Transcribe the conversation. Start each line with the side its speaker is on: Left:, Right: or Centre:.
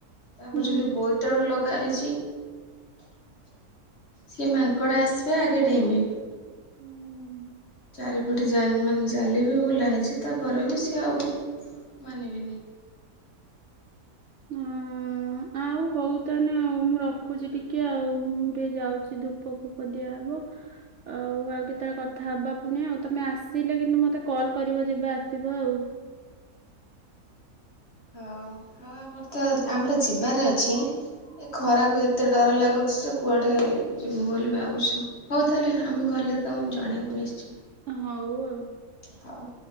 Left: ତାପରେ
Right: ହୁଁ।
Left: ଯଦି ବୋଇତାଳୁ ଲ କହିଛି। ସେ ମାଙ୍କଡ଼ାସି ସେ ଆଗେ ଡେଇଁବେ
Right: ହଁ
Left: ଚାରିପଟେ ମାନେ ଜାଲିବି ବୁଲା ହେଇଛି ତାପରେ ବି ସିଏ ଆଉ ମାନିବେନି।
Right: ହୁଁ ଆଉ ହୋଉ। ତା ନେ ଆଉଁ ମୁଁ ରଖୁଚି ଟିକେ ଆଉ। ମୁଁ ଟିକେ ଯାଉଛି ଧୂପ ଫୂପ ଦିଆହବ ଆଉ ଆଉ କେତେବେଳେ କଥା ହବା ଫୁଣି ଆଉ ତମେ ଆସିଲେ କିନ୍ତୁ ମତେ କଲ କରିବ ଯେବେ ଆସିବ ଆଉ।
Left: ହଉ ହଉ ଆମର ତ ଆମର ଯିବାର ଅଛି ଏ ଖରାକୁ ଏତେ ଡର ଲାଗୁଛି ଯେ କୁଆଡେ ଯିବୁ ବୋଲି ଭାବୁଛୁ ହୋଉ ତାହେଲେ ଆମେ ଗଲେ ତମକୁ ଜଣେଇବୁ ନିଶ୍ଚୟ।
Right: ହୋଉ ଆଉ।
Left: ହଉ।